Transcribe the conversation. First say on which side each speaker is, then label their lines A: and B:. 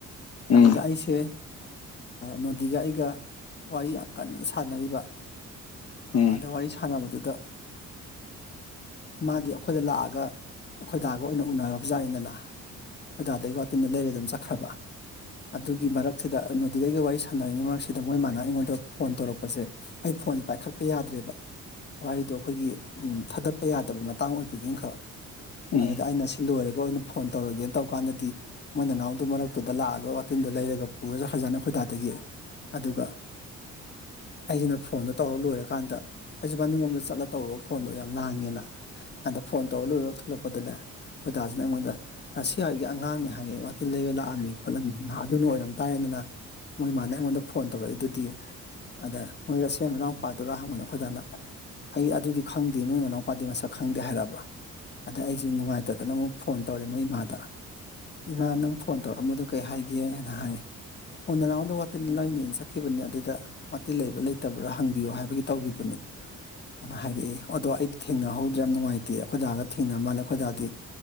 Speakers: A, on the left; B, on the left.
A: ꯎꯝ
B: ꯑꯗꯨꯗ ꯑꯩꯁꯦ ꯅꯣꯗꯤꯒ ꯑꯩꯒ ꯋꯥꯔꯤ ꯌꯥꯝ ꯀꯟꯅ ꯁ ꯁꯥꯟꯅꯔꯤꯕ
A: ꯎꯝ
B: ꯑꯗ ꯋꯥꯔꯤ ꯁꯥꯟꯅꯕꯗꯨꯗ ꯃꯥꯗꯤ ꯑꯩꯈꯣꯏꯗ ꯂꯥꯛꯑꯒ ꯑꯩꯈꯣꯏꯗꯥꯒ ꯑꯣꯏꯅ ꯎꯅ꯭ꯔꯔꯕꯖꯥꯠꯅꯤꯗꯅ ꯑꯩꯈꯣꯏꯗꯥꯗꯒꯤ ꯋꯥꯇꯤꯟꯗꯣ ꯂꯩꯔ ꯑꯗꯨꯝ ꯆꯠꯈ꯭ꯔꯕ ꯑꯗꯨꯒꯤ ꯃꯔꯛꯁꯤꯗ ꯅꯣꯗꯤꯒꯩꯒ ꯋꯥꯔꯤ ꯁꯥꯟꯅꯔꯤꯉꯩ ꯃꯔꯛꯁꯤꯗ ꯃꯣꯏ ꯃꯥꯅ ꯑꯩꯉꯣꯟꯗ ꯐꯣꯟ ꯇꯧꯔꯛꯄ ꯄꯁꯦ ꯑꯩ ꯐꯣꯟꯁꯦ ꯄꯥꯏꯈꯠꯄ ꯌꯥꯗ꯭ꯔꯦꯕ ꯋꯥꯔꯤꯗꯣ ꯑꯩꯈꯣꯏꯒꯤ ꯊꯥꯗꯠꯄ ꯌꯥꯗꯕ ꯃꯇꯥꯡ ꯑꯣꯏꯕꯒꯤꯅꯈꯛ
A: ꯎꯝ
B: ꯑꯗꯨꯗ ꯑꯩꯅ ꯁꯤ ꯂꯣꯏꯔꯒ ꯑꯣꯏꯅ ꯐꯣꯟ ꯇꯧꯔꯒꯦꯅ ꯇꯧꯀꯥꯟꯗꯗꯤ ꯃꯣꯏ ꯅꯅꯥꯎꯗꯨ ꯃꯔꯛꯇꯨꯗ ꯂꯥꯛꯑꯒ ꯋꯥꯇꯤꯟꯗꯨꯣ ꯂꯩꯔꯒ ꯄꯨꯔꯁꯨ ꯍꯖꯥꯟꯅ ꯑꯩꯈꯣꯏꯗꯥꯗ ꯌꯦꯔꯦ ꯑꯗꯨꯒ ꯑꯩꯁꯤꯅ ꯐꯣꯟꯗꯣ ꯇꯧꯔ ꯂꯣꯏꯔꯀꯥꯟꯗ ꯑꯩꯁꯨꯕꯥꯅꯤꯡꯂꯣꯝꯗ ꯆꯠꯂ ꯇꯧꯔꯨꯕ ꯐꯣꯟꯗꯣ ꯌꯥꯝ ꯂꯥꯡꯉꯦꯅ ꯑꯗ ꯐꯣꯟ ꯇꯧꯔ ꯂꯣꯏꯔꯒ ꯊꯣꯛꯂꯛꯄꯗꯅꯦ ꯍꯣꯏꯗꯥꯁꯤꯅ ꯑꯩꯉꯣꯟꯗ ꯔꯁꯤꯌꯥꯣꯏꯒꯤ ꯑꯉꯥꯡꯅꯤ ꯍꯥꯏꯌꯦ ꯋꯥꯇꯤꯟ ꯂꯩꯕ ꯂꯥꯛꯑꯝꯃꯤ ꯈꯣꯠꯂꯝꯃꯤ ꯑꯗꯨꯅ ꯑꯣꯏꯔꯝ ꯇꯥꯔꯦꯅꯤꯅ ꯃꯣꯏ ꯏꯃꯥꯅ ꯑꯩꯉꯣꯟꯗ ꯐꯣꯟ ꯇꯧꯔꯛꯏꯗꯨꯗꯤ ꯑꯗ ꯃꯣꯏꯔꯁꯦ ꯃꯅꯥꯎꯨꯄꯥꯗꯨꯔ ꯍꯪꯕꯅ ꯑꯩꯈꯣꯏꯗꯥꯅ ꯑꯩ ꯑꯗꯨꯗꯤ ꯈꯪꯗꯦ ꯃꯣꯏ ꯃꯅꯥꯎꯄꯥꯗꯤ ꯃꯁꯛ ꯈꯪꯗꯦ ꯍꯥꯏꯔꯛꯑꯕ ꯑꯗ ꯑꯩꯁꯦ ꯅꯨꯡꯉꯥꯏꯇꯗꯅ ꯑꯃꯨꯛ ꯐꯣꯟ ꯇꯧꯔꯦ ꯃꯣꯏ ꯏꯃꯥꯗ ꯏꯃꯥ ꯅꯪ ꯐꯣꯟ ꯇꯧꯔꯛꯑꯝꯕꯗꯣ ꯀꯩ ꯍꯥꯏꯒꯦꯅ ꯍꯥꯏ ꯑꯣ ꯅꯅꯥꯎꯣꯟꯗ ꯋꯥꯇꯤꯟ ꯂꯩꯅꯦꯅ ꯆꯠꯈꯤꯕꯅꯤ ꯑꯗꯨꯏꯗ ꯇꯤ ꯂꯩꯕ꯭ꯔꯥ ꯂꯩꯇꯕ꯭ꯔꯥ ꯍꯪꯕꯤꯌꯣ ꯍꯥꯏꯕꯒꯤ ꯇꯧꯒꯤꯈꯤꯕꯅꯤ ꯑꯗꯨꯅ ꯍꯥꯏꯔꯛꯑꯦ ꯑꯗꯣ ꯑꯩꯗꯤ ꯊꯦꯡꯅꯍꯧꯗ꯭ꯔꯦ ꯌꯥꯝ ꯅꯨꯡꯉꯥꯏꯇꯦ ꯑꯩꯈꯣꯏꯗꯥꯒ ꯊꯦꯡꯅꯕ ꯃꯥꯜꯂꯦ ꯑꯩꯈꯣꯏꯗꯥꯗꯤ